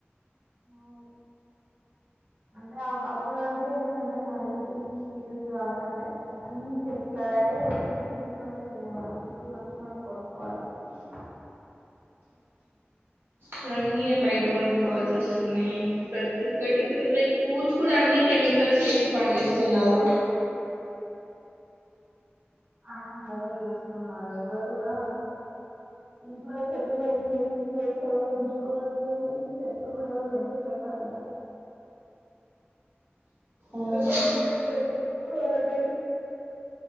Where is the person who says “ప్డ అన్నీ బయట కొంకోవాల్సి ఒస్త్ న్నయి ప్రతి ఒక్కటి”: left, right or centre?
Right